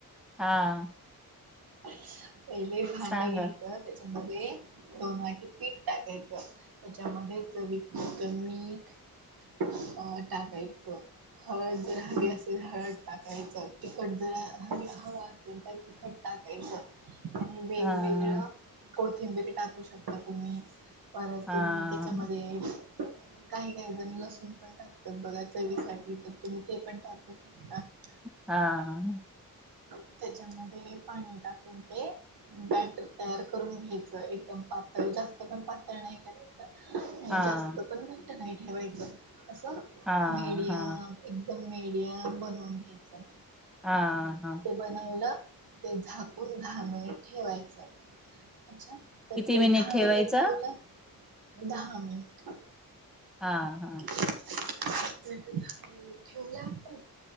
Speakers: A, in the centre; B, on the right (about 75°).
A: हां.
B: पहिले भांड
A: सांगा
B: घ्यायचं त्या त्या मधे दोन वाटी पीठ टाकायचं. त्याच्यामध्ये चवी पुरत मीठ अ टाकायचं हळद तर हवी
A: हा
B: असे हळद टाकायचं तिखट जर हवी हवा असेल तर तिखट टाकायचं आणि वेगवेगळं
A: हा
B: कोथिंबीरी टाकू शकता तुम्ही परत
A: हा
B: तुम्ही त्याच्यामध्ये काही काही जण लसूण पण टाकतात, बघा चवीसाठी त तुम्ही ते पण टाकू शक तात
A: हां.
B: त्याच्यामध्ये पाणी टाकून ते बॅटर तयार करून घ्यायचं एकदम पातळ जास्त पण पातळ नाही करायचं.
A: हा हा
B: जास्त पण घट्ट नाही ठेवायच असं
A: हा
B: मीडियम एकदम मडियम बनवून घ्यायचं.
A: ह हा.
B: बनवल ते झाकून दहा मिनिट ठेवायच अच्छा. तर
A: किती
B: ते दहा
A: ठेवायचं?
B: मिनिट ठेवलं दहा मिनिट
A: हा हा.
B: ठेवलं आपण